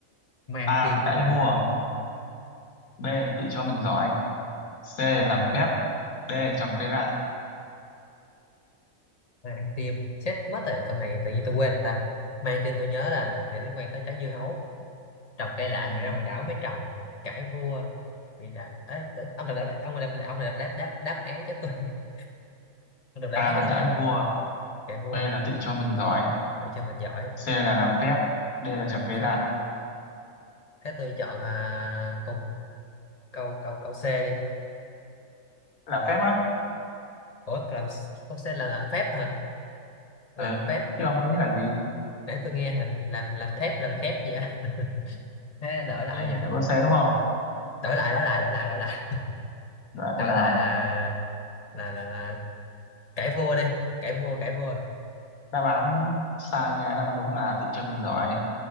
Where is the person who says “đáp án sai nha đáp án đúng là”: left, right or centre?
Left